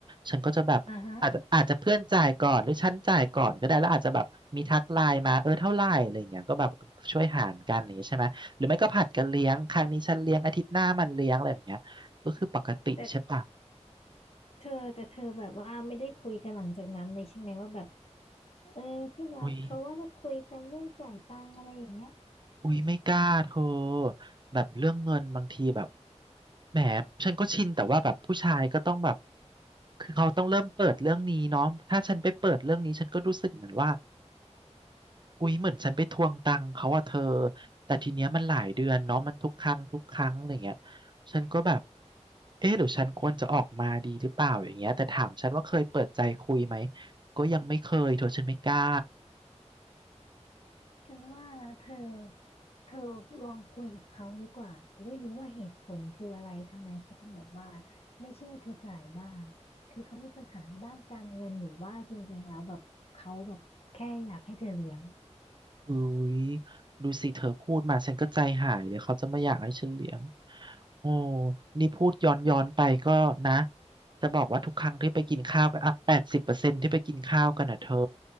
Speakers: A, on the right; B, on the left.
A: ฉันก็จะแบบ
B: อ่าฮะ
A: อาจจะอาจจะเพื่อนจ่ายก่อนหรือฉันจ่ายก่อนก็ได้แล้วอาจจะแบบมีทักไลน์มาเออเท่าไหร่อะไรอย่างเงี้ยก็แบบช่วยหารกันอย่างเงี้ยใช่ไหมหรือไม่ก็ผัดกันเลี้ยงครั้งนี้ฉันเลี้ยงอาทิตย์หน้ามันเลี้ยงอะไรแบบเนี้ยก็คือปกติใช่ปะ
B: แต่เธอ แต่เธอแบบว่าไม่ได้คุยกันหลังจากนั้นเลยใช่ไหมว่าแบบเออที่รักเขาว่าเราคุยกันเรื่องจ่ายตังค์อะไรอย่างเงี้ย
A: อุ๊ยอุ๊ยไม่กล้าเธอแบบเรื่องเงินบางทีแบบแหมฉันก็ชินแต่ว่าแบบผู้ชายก็ต้องแบบคือเขาต้องเริ่มเปิดเรื่องนี้เนาะถ้าฉันไปเปิดเรื่องนี้ฉันก็รู้สึกเหมือนว่า อุ๊ยเหมือนฉันไปทวงตังค์เขาอะเธอแต่ทีเนี้ยมันหลายเดือนเนาะมันทุกครั้งทุกครั้งอะไรเงี้ยฉันก็แบบเอ๊ะหรือฉันควรจะออกมาดีหรือเปล่าอย่างเงี้ยแต่ถามฉันว่าเคยเปิดใจคุยไหมก็ยังไม่เคยเธอฉันไม่กล้า
B: ฉันว่านะเธอ เธอลองคุยกับเขาดีกว่าจะได้รู้ว่าเหตุผลคืออะไรทำไมเขาถึงแบบว่าไม่ช่วยเธอจ่ายบ้างคือเขามีปัญหาในด้านการเงินหรือว่าจริงๆแล้วแบบเขาแบบแค่อยากให้เธอเลี้ยง
A: อุ้ยดูสิเธอพูดมาฉันก็ใจหายเดี๋ยวเขาจะไม่อยากให้ฉันเลี้ยงโอ้นี่พูดย้อนย้อนไปก็นะจะบอกว่าทุกครั้งที่ไปกินข้าวกันอ่ะแปดสิบเปอร์เซ็นที่ไปกินข้าวกันอ่ะเธอ